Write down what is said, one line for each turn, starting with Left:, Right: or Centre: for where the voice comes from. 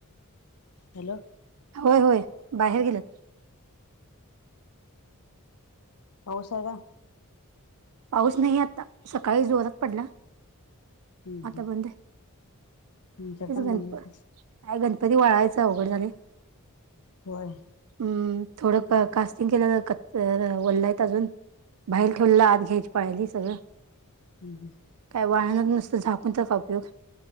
Left: हॅलो
Right: होय होय, बाहेर गेलेत.
Left: <inaudible> पाऊसाय का?
Right: पाऊस नाही आत्ता, सकाळी जोरात पडला.
Left: हम्म
Right: आता
Left: हम्म
Right: बंदय,
Left: तुमच्यात
Right: <unintelligible>
Left: पण बंदच
Right: काय गणपती वळायचाय उघड झाली
Left: व्हय.
Right: हम्, थोडं पा कास्टिंग केलं त कच वल्लऐत अजून, भायेर ठेवलेला आत हेच पाहिली सगळं?
Left: ह हं.
Right: काय वाळणर नुसतं झाकून त काय उपयोग?